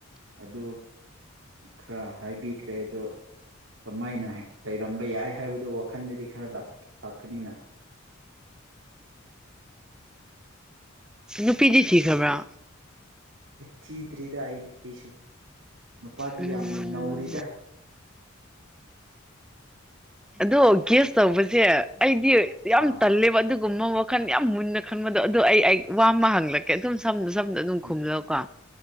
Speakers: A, on the right (about 70°); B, in the centre.
A: ꯑꯗꯨ ꯈꯔ ꯍꯥꯏꯕꯤꯈ꯭ꯔꯦ ꯍ ꯀꯃꯥꯏꯅ ꯍꯥꯏꯩ ꯔꯝꯕ ꯌꯥꯏ ꯍꯥꯏꯕꯗꯨ ꯋꯥꯈꯟꯗꯗꯤ ꯈꯔ ꯀꯕꯤꯅꯥ
B: ꯅꯨꯄꯤꯗꯤ ꯁꯤ ꯈꯕꯔꯥ
A: ꯊꯤꯗꯔꯤꯗꯁꯨ ꯅꯨꯄꯥꯗꯤ
B: ꯎꯝ
A: ꯌꯥꯝꯅ ꯅꯧꯔꯤꯗ
B: ꯑꯗꯣ ꯒꯦꯁ ꯇꯧꯕꯁꯦ ꯑꯩꯗꯤ ꯌꯥꯝ
A: ꯑꯥ
B: ꯇꯜꯂꯦꯕ ꯑꯗꯨꯒꯨꯝꯕ ꯋꯥꯈꯟ ꯌꯥꯝ ꯃꯨꯟꯅ ꯈꯟꯕꯗꯣ ꯑꯗꯨꯗꯣ ꯑꯩ ꯋꯥ ꯑꯃ ꯍꯪꯂꯛꯀꯦ ꯑꯗꯨꯝ ꯁꯝꯅ ꯁꯝꯅ ꯑꯗꯨꯝ
A: ꯎꯝ
B: ꯈꯨꯝꯂꯀꯣ